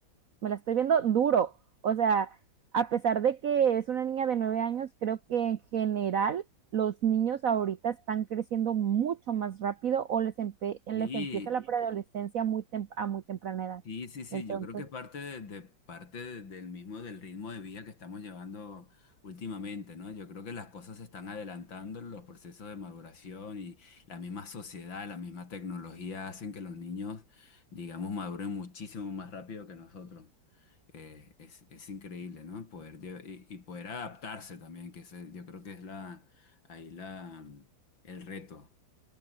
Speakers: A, on the right; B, on the left.
A: me la estoy viendo duro. O sea, a pesar de que es una niña de nueve años, creo que en general los niños ahorita están creciendo mucho más rápido o les, empe- les
B: y
A: empieza la preadolescencia muy tem- a muy temprana edad.
B: Sí, sí, sí,
A: Entonces,
B: yo creo que es parte, de, de- parte de- del mismo, del ritmo de vida que estamos llevando últimamente, ¿no? Yo creo que las cosas se están adelantando, los procesos de maduración y la misma sociedad, la misma tecnología hacen que los niños, digamos, maduren muchísimo más rápido que nosotros. Eh, es, es increíble, ¿no? Poder lle- y, y poder adaptarse también, que ese- yo creo que es la, ahí la, el reto.